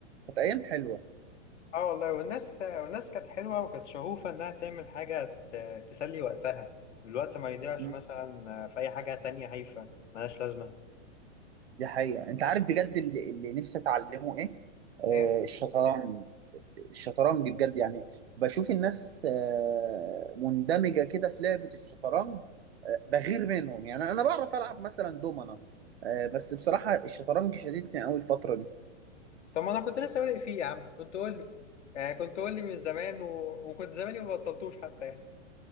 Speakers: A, on the right; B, on the left.
A: كانت ايام حلوة
B: اه والله والناس والناس كانت حلوة وكانت شغوفة إنها تعمل حاجة ت- تسلي وقتها الوقت ما يضيعش
A: مم.
B: مثلا في أي حاجة تانية هايفة ملهاش لازمة
A: دي حقيقة انت عارف بجد اللي, اللي نفسي اتعلمه ايه آه
B: إيه
A: الشطرنج الشطرنج بجد يعني بشوف الناس آه، مندمجة كده في لعبة الشطرنج آه، بغير منهم يعني أنا بعرف ألعب مثلا دومنة آه، بس بصراحة الشطرنج شديدني أوي الفترة دي
B: طب ما أنا كنت لسه بادئ فيه يا عم كنت قول لي يعني كنت قول لي من زمان و... وكنت زماني ما بطلتوش حتى يعني